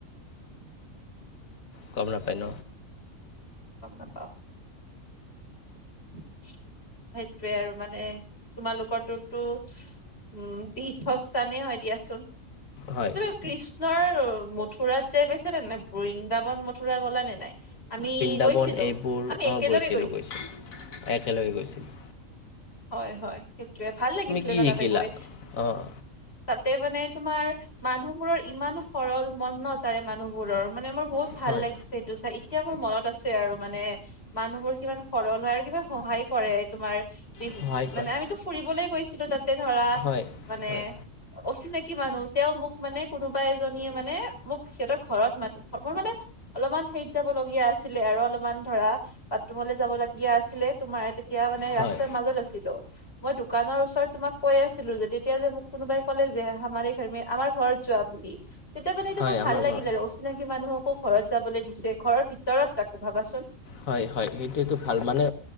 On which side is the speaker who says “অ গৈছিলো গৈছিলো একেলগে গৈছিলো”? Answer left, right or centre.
Left